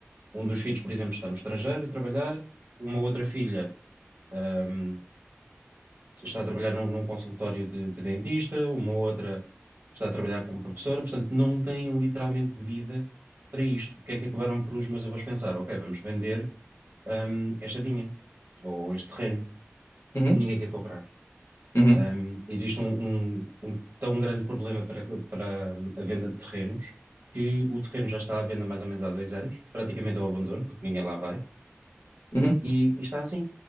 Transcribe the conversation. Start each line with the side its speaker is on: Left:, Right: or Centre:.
Right: Um dos filhos, por exemplo, está no estrangeiro a trabalhar. Uma outra filha, um, está a trabalhar num, num consultório de, de dentista, uma outra está a trabalhar como professora, portanto, não têm literalmente vida para isto. O que é que acabaram por os meus avós pensar? Ok, vamos vender, hum, esta vinha ou este terreno,
Left: Uhum.
Right: ninguém quer comprar.
Left: Uhum.
Right: Hum, existe um, um- um tão grande problema para, para a venda de terrenos que o terreno já está à venda mais ou menos há dois anos, praticamente ao abandono, porque ninguém lá vai
Left: Uhum.
Right: e, e está assim.